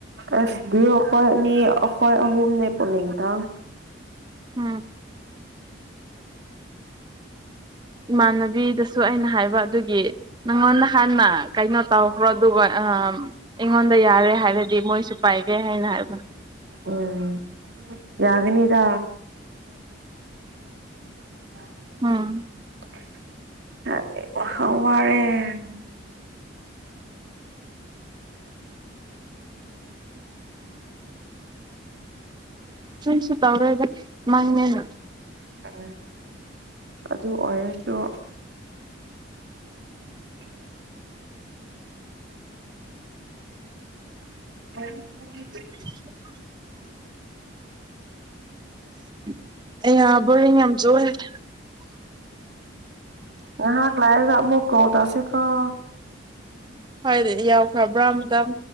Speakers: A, on the right; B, on the right.
A: ꯑꯁ ꯗꯏꯑ‌ꯣꯈꯣꯏ ꯃꯤ ꯑꯈ‌ꯣꯏ ꯑꯍꯨꯝꯅꯦ ꯄꯨꯅꯤꯡꯗꯟ
B: ꯎꯡ ꯏꯃꯥꯟꯅꯕꯤꯗꯁꯨ ꯑꯩꯅ ꯍꯥꯏꯕ ꯑꯗꯨꯒꯤ ꯅꯪꯉꯣꯟ ꯅ ꯍꯥꯟꯅ ꯀꯩꯅꯣ ꯇꯧꯈ꯭ꯔ‌ꯣ ꯑꯗꯨꯒ ꯑꯩꯉꯣꯟꯗ ꯌꯥꯔꯦ ꯍꯥꯏꯔꯗꯤ ꯃꯣꯏꯁꯨ ꯄꯥꯏꯒꯦ ꯍꯥꯏꯅ ꯍꯥꯏꯕ
A: ꯎꯝ ꯌꯥꯒꯅꯤꯗ ꯍꯋꯥꯔꯦ
B: ꯎꯝ ꯁꯨ ꯇꯧꯔꯣꯏꯗ ꯃꯪꯅꯦ
A: ꯎꯝ ꯑꯗꯨ ꯑꯣꯏꯔꯁꯨ ꯎꯝ <inaudible> ꯍ <inaudible>
B: <inaudible> ꯎꯝ <inaudible> <unintelligible>
A: ꯉꯥꯏꯍꯥꯛ ꯂꯩꯔꯥꯒ ꯑꯃꯨꯛ ꯀ‌ꯣꯜ ꯇ‌ꯧꯁꯤ ꯀ‌ꯣ
B: ꯍꯣꯏ ꯑꯗꯨꯗꯤ ꯌꯥꯎꯈ꯭ꯔꯕ꯭ꯔꯥ ꯑꯃꯇꯪ